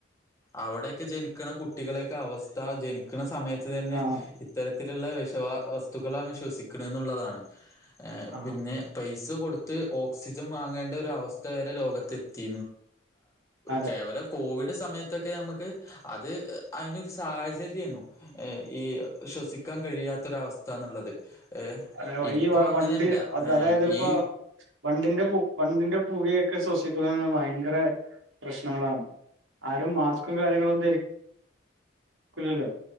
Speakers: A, on the left (about 15°); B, on the right (about 80°).
A: അവിടെയൊക്കെ ജനിക്കണ കുട്ടികളെയൊക്കെ അവസ്ഥ ജനിക്കണ സമയത്ത് തന്നെ
B: ആഹ്
A: ഇത്തരത്തിലുള്ള വിഷവാ വസ്തുക്കളാണ് ശ്വസിക്കണ എന്നുള്ളതാണ്
B: ആഹ്
A: പിന്നെ പൈ പൈ കൊടുത്ത് ഓക്സിജൻ വാങ്ങേണ്ട ഒരു അവസ്ഥ വരെ ലോകത്ത് എത്തി
B: അതെ
A: കേവലം കോവിഡ് സമയത്തൊക്കെ നമുക്ക് അത് അതിനൊരു സാഹചര്യരുന്നു ഈ ശ്വസിക്കാൻ കഴിയാത്ത ര അവസ്ഥന്നുള്ളത് ഏ
B: അതെ,
A: ഇപ്പോൊ
B: ഈ വ-
A: അങ്ങനെയല്ല
B: വണ്ടി അത്
A: ഏർ
B: അതായത് ഇപ്പോ
A: ഈ
B: വണ്ടിന്റെ വണ്ടിന്റെ പുകയൊക്കെ ശ്വസിക്കുന്ന ഭയങ്കര പ്രശ്നങ്ങളാണ് ആരും മാസ്ക്കും കാര്യങ്ങളും ധല്ലോ